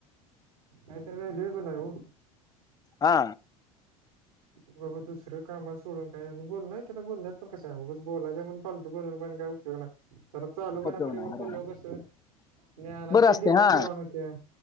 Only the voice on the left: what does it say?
हा.
उपयोग नाही बरोबर
बरं असते
हा